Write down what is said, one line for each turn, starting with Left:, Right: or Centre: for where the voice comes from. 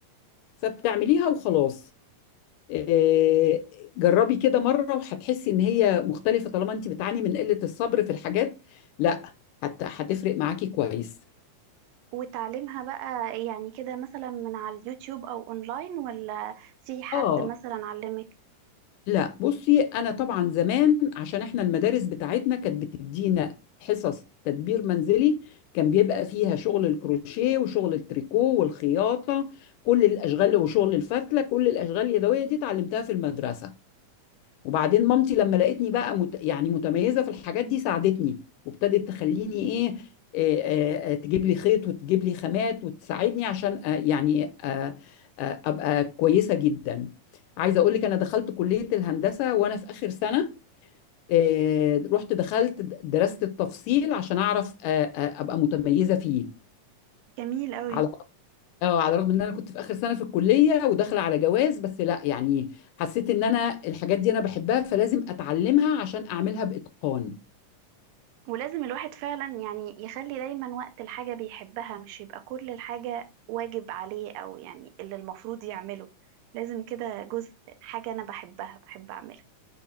Left: فبتعمليها وخلاص آه، جربي كده مرة وهتحسي ان هي مختلفة طالما انت بتعاني من قلة الصبر في الحاجات لا هت- هتفرق معاكي كويس
Right: وتعليمها بقى يعني كده مثلا من على اليوتيوب او اونلاين ولا في حد
Left: اه
Right: مثلا علمك
Left: لا بصي انا طبعا زمان عشان احنا المدارس بتاعتنا كانت بتدينا حصص تدبير منزلي كان بيبقى فيها شغل الكروشيه وشغل التريكو والخياطه كل الاشغال وشغل الفتله كل الاشغال اليدويه دي اتعلمتها في المدرسه وبعدين مامتي لما لقيتني بقى مت... يعني متميزة في الحاجات دي ساعدتني وابتدت تخليني ايه آه، آه، آه، تجيب لي خيط وتجيب لي خامات وتساعدني عشان آه، يعني آه، آه، ابقى كويسة جدا عايزة اقول لك انا دخلت كلية الهندسة وانا في اخر سنة آه، رحت دخلت درست التفصيل عشان اعرف آه، آه، ابقى متميزة فيه
Right: جميل قوي
Left: على اه على الرغم ان انا كنت في اخر سنه في الكليه وداخله على جواز بس لا يعني حسيت ان انا الحاجات دي انا بحبها فلازم اتعلمها عشان اعملها باتقان
Right: ولازم الواحد فعلا يعني يخلي دايما وقت الحاجة بيحبها مش يبقى كل الحاجة واجب عليه أو يعني اللي المفروض يعمله لازم كده جزء حاجة أنا بحبها بحب أعملها